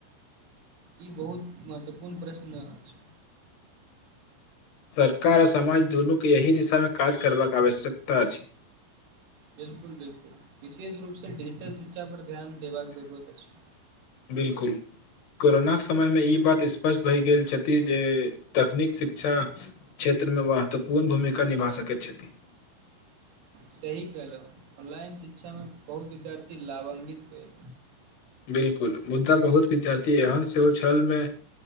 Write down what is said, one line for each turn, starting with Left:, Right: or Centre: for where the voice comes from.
Right: ई बहुत महत्वपूर्ण प्रश्न अछि
Left: सरकार आ समाज दुनू के यही दिशामे काज करबाक आवश्यकता अछि
Right: बिल्कुल बिल्कुल विशेष रूपसँ डिजिटल शिक्षा पर ध्यान देबाक जरूरत अछि
Left: बिल्कुल कोरोनाक समयमे ई बात स्पष्ट भए गेल छथि जे तकनीक शिक्षा क्षेत्र मे महत्वपूर्ण भूमिका निभा सकैत छथि
Right: सही कलहुँ ऑनलाइन शिक्षामे बहुत विद्यार्थी लाभान्वित भेल
Left: बिल्कुल मुद्दा बहुत विद्यार्थी एहन सेहो छलमे